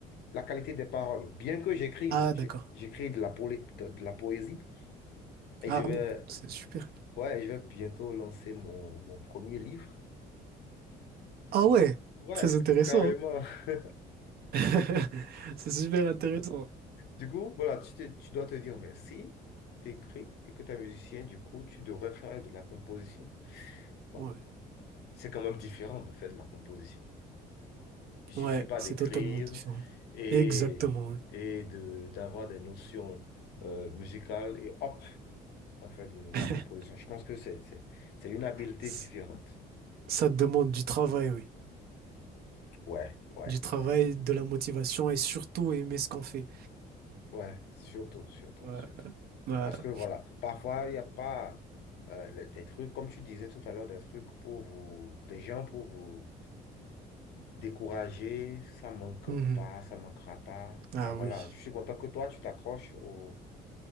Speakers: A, on the left; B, on the right.
A: la qualité des paroles, bien que j'écrive,
B: Ah,
A: hein, j'ai-
B: d'accord.
A: j'écris de la, polé- de, de la poésie et
B: Ah
A: je vais,
B: bon, c'est super.
A: ouais, je vais bientôt lancer mon, mon premier livre.
B: Ah ouais,
A: Ouais,
B: très intéressant.
A: carrément.
B: hein.
A: <laughs>
B: <laughs> C'est super intéressant.
A: Du coup, voilà, tu, te- tu dois te dire, mais si tu écris et que tu es musicien, du coup, tu devrais faire de la composition. Bon,
B: Ouais.
A: c'est quand même différent de faire de la composition. Il suffit
B: Ouais,
A: pas
B: c'est
A: d'écrire
B: totalement différent.
A: et,
B: Exactement, oui.
A: et de, d'avoir des notions euh, musicales et hop, on fait de
B: <laughs>
A: la composition. Je pense que c'est, c'est, c'est une habileté
B: S-
A: différente.
B: Ça te demande du travail, oui.
A: Ouais, ouais,
B: Du travail,
A: ouais,
B: de la motivation et surtout aimer ce qu'on fait.
A: ouais, surtout, surtout,
B: Ouais,
A: surtout.
B: Voilà.
A: Parce que voilà, parfois, il n'y a pas euh, les- des trucs, comme tu disais tout à l'heure, des trucs pour vous, des gens pour vous décourager. Ça manque
B: Mhm.
A: pas, ça manquera pas.
B: Ah
A: Mais voilà,
B: oui.
A: je suis content que toi, tu t'accroches au